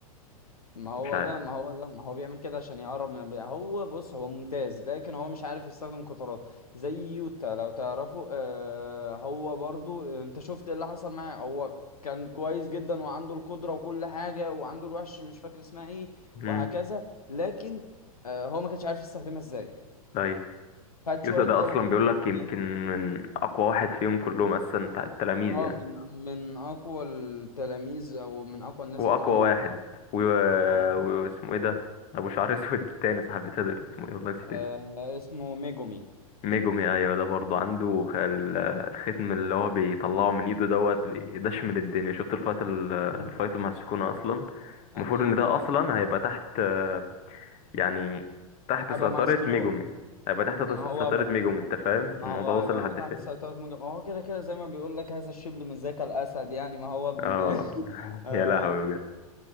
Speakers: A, on the left (about 75°); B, on the left (about 35°).
A: ما هو
B: مش عارف
A: ده ما هو ده ما هو بيعمل كده عشان يقرب من الب- هو بص هو ممتاز لكن هو مش عارف يستخدم قطاراته زي يوتا لو تعرفه آه هو برضو آه، انت شفت إيه اللي حصل معاه هو كان كويس جدا وعنده القدرة وكل حاجة وعنده الوحش مش فاكر اسمها ايه
B: امم
A: وهكذا لكن آه هو ما كانش عارف يستخدمها ازاي
B: طيب
A: خد
B: يوتا
A: شوية
B: ده
A: توجيه
B: اصلا بيقول لك
A: من
B: يمكن من اقوى واحد فيهم كلهم اصلا بتاع التلاميذ
A: اه
B: يعني
A: من من اقوى التلاميذ او من اقوى الناس
B: هو
A: في
B: اقوى
A: الانمي
B: واحد
A: بجد
B: و...
A: اه
B: واسمه ايه ده ابو شعر <laughs> اسود التاني صاحب تدر اسمه ايه والله نسيت
A: آه،
B: اسمه
A: اسمه ميجومي
B: ميجومي ايوه ده برضه عنده خ- ال- الختم اللي هو بيطلعه من ايده دوت بيدشمل الدنيا شفت الفايت ال- الفايت
A: مم.
B: مع السكونة اصلا
A: اكيد
B: المفروض ان ده
A: اه
B: اصلا هيبقى تحت آه، يعني تحت
A: هيبقى
B: سيطرة
A: مع سكنور
B: ميجومي هيبقى تحت
A: ما
B: سيطرة
A: هو ب...
B: ميجومي انت فاهم
A: ما
B: الموضوع
A: هو
B: وصل
A: هيبقى
B: لحد
A: تحت
B: فين
A: سيطرة مجمع ما هو كده كده زي ما بيقول لك هذا الشبل من ذاك الأسد يعني ما هو ابن
B: اه
A: <laughs> آه،
B: يا لهوي بجد